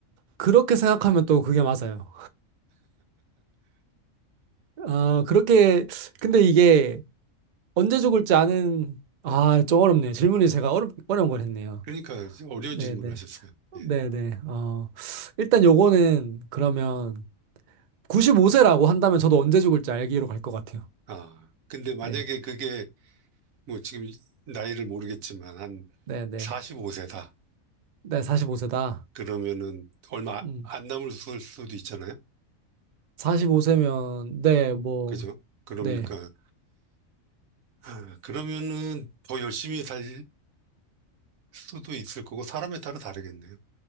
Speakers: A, on the right (about 60°); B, on the right (about 80°).
A: 그렇게 생각하면 또 그게 맞아요. 아, 그렇게, 근데 이게 언제 죽을지 아는, 아, 좀 어렵네요. 질문이 제가 어렵, 어려운 걸 했네요.
B: 그러니까 이제 어려운
A: 네네.
B: 질문을 하셨어요. 예.
A: 네네. 어, 일단 요거는 그러면 95세라고 한다면 저도 언제 죽을지 알기로 갈 것 같아요.
B: 아, 근데 만약에
A: 네.
B: 그게 뭐 지금 나이를 모르겠지만 한
A: 네네.
B: 45세다.
A: 네, 45세다.
B: 그러면은 얼마
A: 음.
B: 안 남을 수- 수도 있잖아요.
A: 45세면, 네, 뭐,
B: 그죠? 그러니까
A: 네.
B: 아, 그러면은 더 열심히 살 수도 있을 거고 사람에 따라 다르겠네요.